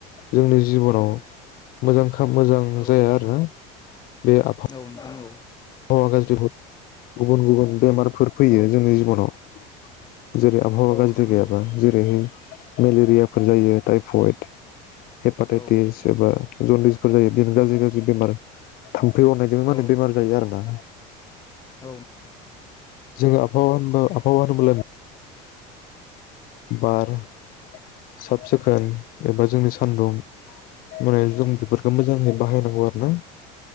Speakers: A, on the left; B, on the left.
A: जोंनि जिबनाव
B: औ
A: मोजां खाब मोजां
B: औ
A: जाया आरो ना बे आबहा
B: औ नोंथां औ
A: हावा गाज्रिफोर गुबुन-गुबुन बेमारफोर फैयो
B: औ
A: जोंनि जिबनाव। जेरै आबहावा
B: औ
A: गाज्रि
B: नोंथां
A: गैयाबा
B: औ औ
A: जेरैहाय मेलेरियाफोर जायो टाइफयड हेपाटाइटिस
B: औ
A: एबा जनदिसफोर जायो बेनो गाज्रि गाज्रि बेमार थामफै अरनायजों
B: औ
A: मानो
B: औ
A: बेमार जायो आरो दा
B: औ नोंथां औ नोंथां औ
A: जोङो आबहावा होनबा आबहावा होनोबोला बार साब सिखोन एबा जोंनि सान्दुं माने जों बेफोरखौ मोजाङै बाहायनां‌ गौ आरोना